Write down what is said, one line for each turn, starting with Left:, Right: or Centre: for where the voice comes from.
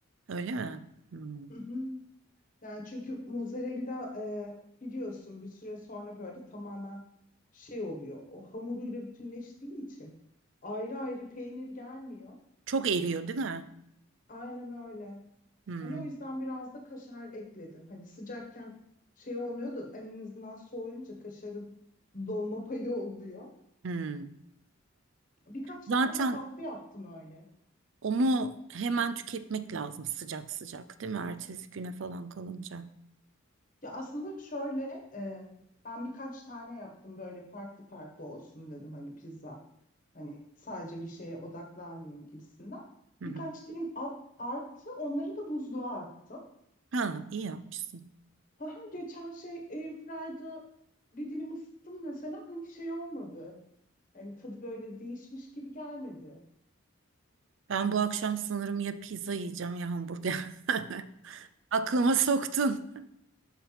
Right: Öyle mi? Hmm.
Left: <laughs> Yani çünkü mozzarella e, biliyorsun bir süre sonra böyle tamamen şey oluyor. O hamuruyla bütünleştiği için ayrı ayrı peynir gelmiyor.
Right: Çok eriyor değil mi?
Left: Aynen öyle.
Right: Hmm.
Left: Hani o yüzden biraz da kaşar ekledim. Hani sıcakken şey olmuyor da en azından soğuyunca kaşarın dolma payı oluyor.
Right: Hmm.
Left: Birkaç
Right: Zaten
Left: tane farklı yaptım öyle.
Right: onu hemen tüketmek lazım sıcak sıcak değil mi? Ertesi güne falan kalınca.
Left: Ya aslında şöyle e, ben birkaç tane yaptım böyle farklı farklı olsun dedim hani pizza. Hani sadece bir şeye odaklanmayayım gibisinden.
Right: Hı
Left: Birkaç
Right: hı.
Left: dilim at, arttı onları da buzluğa attım.
Right: Ha, iyi yapmışsın.
Left: Aha, geçen şey Airfryer'da bir dilim ısıttım mesela hani şey olmadı. Hani tadı böyle değişmiş gibi gelmedi.
Right: Ben bu akşam sanırım ya pizza yiyeceğim ya hamburger. <laughs> Aklıma soktun.